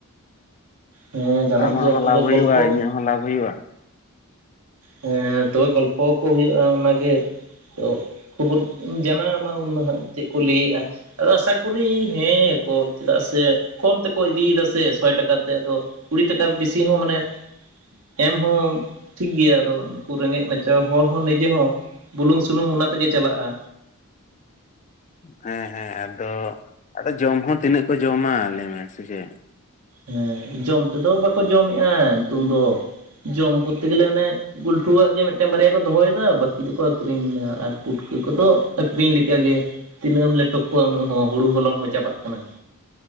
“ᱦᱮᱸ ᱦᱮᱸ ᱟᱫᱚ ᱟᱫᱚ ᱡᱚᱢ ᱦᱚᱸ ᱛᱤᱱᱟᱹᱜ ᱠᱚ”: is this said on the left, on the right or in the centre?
Left